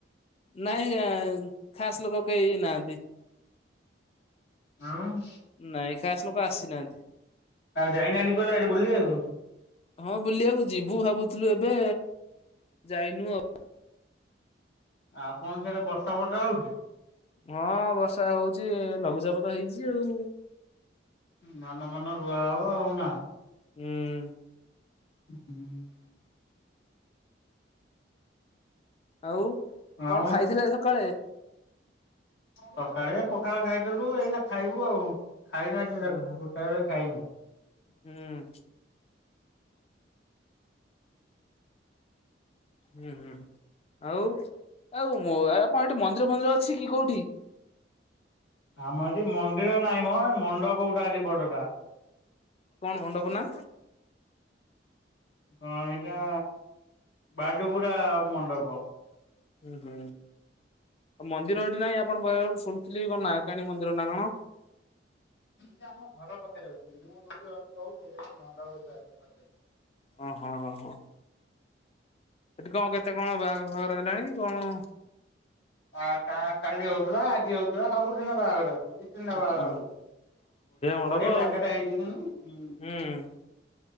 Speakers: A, on the left; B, on the left.
A: ନାଇଁ ଖାସ ଲୋକ କେହି ନାହାନ୍ତି।
B: ହଁ ଆଉ
A: ନାଇଁ ଖାସ୍ ଲୋକ ଆସିନାହାନ୍ତି
B: ଯାଇନାହାଁନ୍ତି ପ <unintelligible> ଗିଲ ଆ ବୁଲିବାକୁ।
A: ହଁ ବୁଲିବାକୁ ଯିବୁ ଭାବୁଥିଲୁ ଏବେ ଯାଇନୁ ଆଉ।
B: ଆପଣ ସେଆଡେ ବର୍ଷା ଫର୍ଷା ହେଉଛି?
A: ହଁ ବର୍ଷା ହଉଛି ଲଘୁଚାପ ତ ହେଇଛି ଆଉ।
B: ଧାନମାନ ରୁଆ ହେବ ଆଉ ନା?
A: ହୁଁ।
B: ହୁଁ।
A: ଆଉ
B: ଆଉ
A: କଣ ଖାଇଥିଲେ ସକାଳେ?
B: ସକାଳେ ପଖାଳ ଖାଇଥିଲୁ ଏଇନା ଖାଇବୁ ଆଉ। ଖାଇନୁ ଏ
A: ହୁଁ
B: ଗୋଟା ବେଳେ ଖାଇନୁ।
A: ହୁଁ। ହୁଁ, ହୁଁ। ଆଉ ଆଉ ଆପଣ ଏଠି ମନ୍ଦିର ଫନ୍ଦିର ଅଛି କି କୋଉଠି?
B: ଆମର ଏଠି ମନ୍ଦିର ନାହିଁ ମ, ମଣ୍ଡପ ଗୋଟା ଅଛି ବଡ଼ଟା।
A: କଣ ମଣ୍ଡପ ନାଁ?
B: କଣ ସେଇଟା ବାଜୁପୁରା ମଣ୍ଡପ।
A: ହୁଁ, ହୁଁ। ଆଉ ମନ୍ଦିର ଏଠି ନାଇଁ ଆପଣ ବ ଶୁଣିଥିଲି କଣ ନାାୟାଣୀ ମନ୍ଦିର ନା କଣ?
B: ଏଇଟା ଆମ ଘର ପାଖରେ ଅଛି ମୁଁ ଅ ରହୁଥିଲି ମଣ୍ଡ ପ ପାଖରେ।
A: ହଁ ହଁ, ହିଁ, ହଁ। ସେଠି କଣ କେତେ କଣ ବାହାଘ ଫାଘର ହେଲାଣି କଣ?
B: ଆଉ କା କାଲି ହଉଥିଲା ଆଜି ହଉଥିଲା ସବୁଦିନ ବାହାଘର ଅଛି। ଦି ତିନି ନା
A: ହଁ
B: ବାଘର ହଉଛି,
A: ମଣ୍ଡପ
B: ବଢିଆ
A: ଆଉ
B: ଜାଗାାରେ ହେଇଥିଲା ନା, ହୁଁ।
A: ହୁଁ।